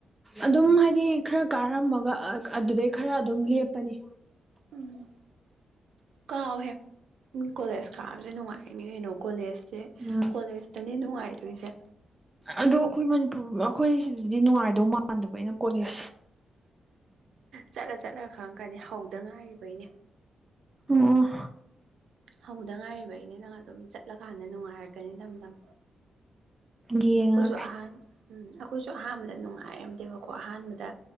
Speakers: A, on the right; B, on the right.
A: ꯑꯗꯨꯝ ꯍꯥꯏꯗꯤ ꯈꯔ ꯀꯥꯔꯝꯃꯒ ꯑꯗꯨꯗꯩ ꯈꯔ ꯑꯗꯨꯝ ꯂꯦꯞꯄꯅꯤ
B: ꯎꯝ ꯀꯥꯎꯍꯦ ꯀꯣꯂꯦꯖ ꯀꯥꯕꯁꯦ ꯅꯨꯡꯉꯥꯏꯅꯤ ꯀꯩꯅꯣ ꯀꯣꯂꯦꯖꯁꯦ
A: ꯎꯝ
B: ꯀꯣꯂꯦꯖ ꯈꯇꯅꯦ ꯅꯨꯡꯉꯥꯏꯗꯣꯏꯁꯦ
A: ꯑꯗꯣ ꯑꯩꯈꯣꯏ ꯃꯅꯤꯄꯨꯔ ꯑꯩꯈꯣꯏ ꯁꯤꯗꯗꯤ ꯅꯨꯡꯉꯥꯏꯗꯧ ꯃꯥꯟꯗꯕ ꯑꯩꯅ ꯀꯣꯂꯦꯖ
B: ꯆꯠꯂ ꯆꯠꯂ ꯈꯪꯛꯀꯅꯤ ꯍꯧꯗ ꯉꯥꯏꯔꯤꯕꯩꯅꯦ
A: ꯑꯣꯝ
B: ꯍꯧꯗ ꯉꯥꯏꯔꯤꯕꯩꯅꯦ ꯅꯪ ꯑꯗꯨꯝ ꯆꯠꯂꯀꯥꯟꯗ ꯅꯨꯡꯉꯥꯏꯔꯛꯀꯅꯤ ꯇꯝꯗꯝ
A: ꯌꯦꯡꯉꯒꯦ
B: ꯑꯩꯈꯣꯏꯁꯨ ꯑꯍꯥꯟ ꯎꯝ ꯑꯩꯈꯣꯏꯁꯨ ꯑꯍꯥꯟꯕꯗ ꯅꯨꯡꯉꯥꯏꯔꯝꯗꯦꯕꯀꯣ ꯑꯍꯥꯟꯕꯗ